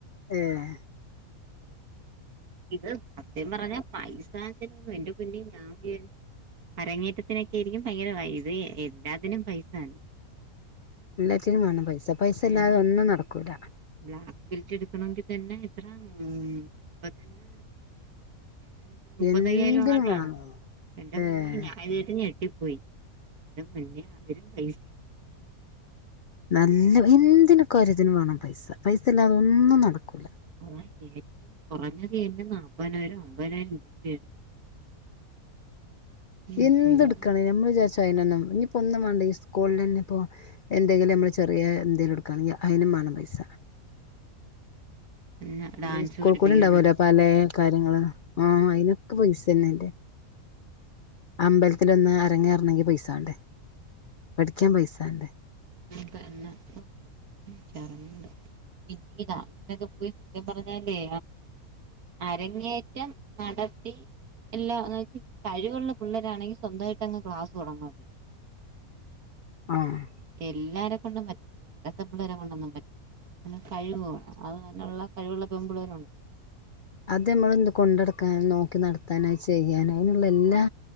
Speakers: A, on the left; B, on the right.
A: ഏഹ്.
B: ഇത് സത്യം പറഞ്ഞാ പൈസ ചെലവെന്ന് എന്റെ പൊന്നേ ഞാൻ വിചാരിച്ചു. അരങ്ങേറ്റത്തിനൊക്കെ ആയിരിക്കും ഭയങ്കര ഇത് എല്ലാത്തിനും പൈസാണ്.
A: എല്ലത്തിനും മാണം പൈസ പൈസല്ലാതെ
B: ഉം
A: ഒന്നും നടക്കൂല.
B: ബ്ലാക്ക് ബെൽറ്റ് എടുക്കണൊങ്കി തന്നെ എത്ര ഉംഹ് മുപ്പത്തഞ്ചോ. ഏതായാലും മുപ്പത്തയ്യായിരം
A: എന്തിനും
B: അങ്ങോട്ടാണ്.
A: വേണം
B: എന്റെ
A: ഏഹ്
B: പൊന്നേ ഞാൻ ന്ന്ട്ട് ഞെട്ടിപ്പോയി എന്റെ പൊന്നേ അവരും പൈസ
A: നല്ല എന്തിനൊ കാര്യത്തിന് വേണം പൈസ. പൈസല്ലാതെ ഒന്നും നടക്കൂല.
B: മോളെ ഏറ്റവും കുറഞ്ഞത് തന്നെ നാപതിനായിരം അമ്പതിനായിരം രൂപയാണ്. ഉം
A: എന്ത്ട്ക്കാണേലും
B: ഉം
A: നമ്മള് വിചാര്ച്ചും അതിനൊന്നും ഇഞ്ഞിപ്പോ ഒന്നും വാണ്ട ഈ സ്കൂൾലെന്നെ പ്പോ. എന്തെങ്കിലും നമ്മള് ചെറിയെന്തെങ്കിലും ഇടുക്കാണെങ്കി അയിനും മാണം പൈസ.
B: പിന്നെ
A: നമ്മള്
B: ഡാൻസ്
A: ഈ സ്കൂൾ
B: പഠിപ്പിക്കണുണ്ട്
A: കൂടെയിണ്ടാവൊലോ പലേ കാര്യങ്ങൾ ആഹ് അയിനൊക്കെ പൈസന്നെ അമ്പലത്തിലൊന്ന് അരങ്ങേറണെങ്കി പൈസാണ്ടേ? പഠിക്കാൻ പൈസാണ്ടേ?
B: അതന്നെ ഇപ്പൊ ഇക്കറിഞ്ഞൂട പിന്ന ഈ ഡാൻസിനൊക്കെ പോയി സത്യം പറഞ്ഞാലേ അരങ്ങേറ്റം നടത്തി എല്ലാ എന്ന് വെച്ച് കഴിവുള്ള പിള്ളരാണെങ്കി സ്വന്തായിട്ടങ്ങ് ക്ലാസ് തൊടങ്ങും.
A: ആഹ്.
B: എല്ലാരെ കൊണ്ടും പറ്റത്തില്ല. ഇവിടത്തെ പിള്ളേരെ കൊണ്ടൊന്നും പറ്റില്ല. നല്ല കഴിവ് വേണം അത് നല്ലോള്ളെ കഴിവുള്ള പെമ്പിള്ളേരുണ്ട്.
A: അത് നമ്മള് ഒന്ന് കൊണ്ടടക്കാനും, നോക്കി നടത്താനോ, അത് ചെയ്യാനും, അതിനുള്ളയെല്ലാ.